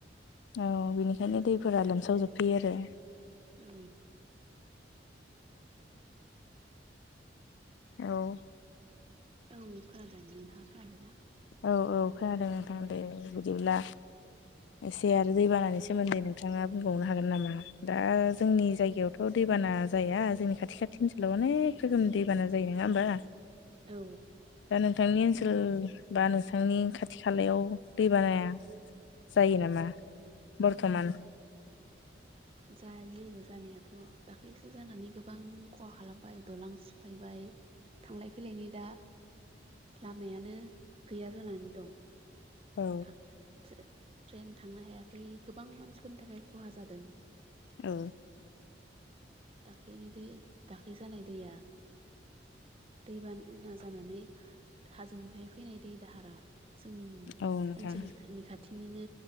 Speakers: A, on the left; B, on the right.
A: औ बेनिखायनो दैफोरा लोमसावजोबफैयो आरो।
B: औ
A: औ
B: औ खोनादों नोंथाङा खानादोंना?
A: औ औ खोनादों नोंथां दे बिदिब्ला एसे आरो दैबानानि सोमोन्दै नोंथाङा बुंबावनो हागोन नामा दा जोंनि जायगायावथ' दैबाना बाना जाया जोंनि खाथि खाथि ओनसोलाव अनेक रोखोमनि दैबाना जायो नङा होमबा?
B: औ
A: दा नोंथांनि ओनसोल बा नोंथांनि खाथि खालायाव दै बानाया जायो नामा बरथमान?
B: जायो जानायाथ' दाख्लैसो जानानै गोबां खहा खालामबाय दालां सिफायबाय थांलाय फैलायनि दा लामायानो गैया जानानै दं
A: औ
B: था ट्रे ट्रेन थांनो हायाखै गोबां मानसिफोरनि थाखाय खहा जादों।
A: औ
B: दाख्लिनि दै दाख्लै जानाय दैया दैबाना जानानै हाजोनिफ्राय फैनाय दै दाहारा जोंनि
A: औ नोंथां।
B: ओनसोलनि खाथिनिनो